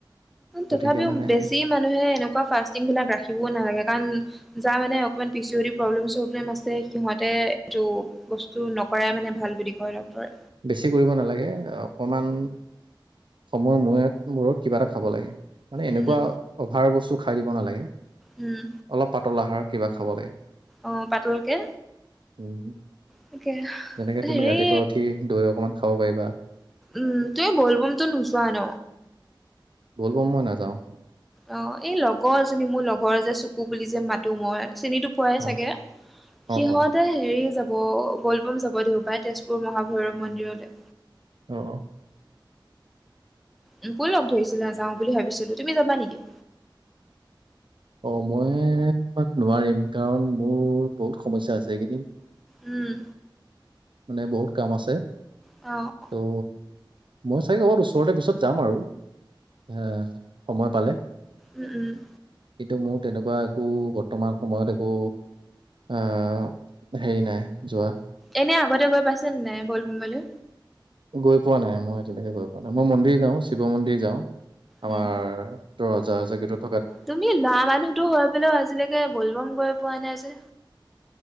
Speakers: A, on the right; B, in the centre.
A: গতিকে
B: তথাপিও
A: মানে
B: বেছি মানুহে এনেকুৱা ফাষ্টিং বিলাক ৰাখিবও নালাগে কাৰণ যা মানে অকণমান পিচিৰটি প্ৰব্লেম চব্লেম আছে সিহঁতে এইটো বস্তু নকৰাই মানে ভাল বুলি কয় ড্ক্তৰে।
A: বেছি কৰিব নালাগে অকণমান সময়ৰ মূৰত কিবা এটা খাব লাগে। মানে এনেকুৱা
B: উম
A: অভাৰ বস্তু খাই দিব নালাগে।
B: উমঁ!
A: অলপ পাতল আহাৰ কিবা খাব লাগে।
B: অঁ! পাতলকে
A: উঁ
B: তাকে
A: যেনেকে তুমি
B: হেৰি
A: ৰাতিপুৱা উঠি দৈ অকমান খাব পাৰিবা।
B: উমঁ! তুমি বলবমতো নোযোৱা ন।
A: ব'ল বম মই নাযাওঁ।
B: অঁ! এই লগৰজনী মোৰ লগৰ যে চোকু বুলি যে মাতো মই চেনীটো পোৱাই
A: অ
B: চাগে
A: অ
B: সিহঁত
A: পাওঁ
B: হেৰি যাব ব'ল বম যাব দেউবাৰে তেজপুৰ মহাভৈৰৱ মন্দিৰলৈ।
A: অঁ অঁ!
B: মোকো লগ ধৰিছিলে যাও বুলি ভাবিছিলো তুমি যাবা নেকি?
A: অঁ! মই মানে নোৱাৰিম কাৰণ মোৰ বহুত সমস্যা আছে এইকেইদিন।
B: উমঁ!
A: মানে বহুত কাম আছে
B: অঁ!
A: ত' মই চাগে ওচৰতে পিছত যাম আৰু এ সময় পালে।
B: উমঁ! উমঁ!
A: কিন্তু মোৰ তেনেকুৱা একো বৰ্তমান সময়ত একো আহ হেৰি নাই যোৱা।
B: এনে আগতে গৈ পাইছে ন নাই বলবমলৈ
A: গৈ পোৱা নাই মই তেনেকে গৈ পোৱা নাই মই মন্দিৰ যাওঁ শিৱ মন্দিৰ যাওঁ আমাৰ
B: উম
A: তই ৰজা গেতত
B: তুমি ল'ৰা মানুহতো হৈ পেললেও আজিলৈকে বলবম গৈ পোৱা নাই যে